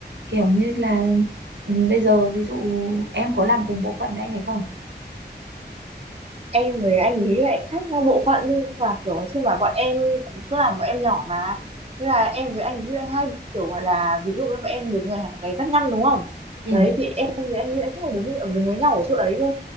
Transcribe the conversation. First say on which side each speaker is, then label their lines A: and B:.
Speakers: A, on the right; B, on the right.
A: Kiểu như là ừ, bây giờ ví dụ em có làm cùng bộ phận với anh này không?
B: em với anh ý lại khác nhau bộ phận nhưng mà kiểu nói chung là bọn em chỗ làm bọn em nhỏ mà thế là em với anh ý lại hai kiểu gọi là ví dụ như bọn em đứng ở hàng cái vách ngăn đúng không
A: Ừ.
B: đấy thì em với anh ý lại suốt ngày đứng ở đứng với nhau ở chỗ đấy cơ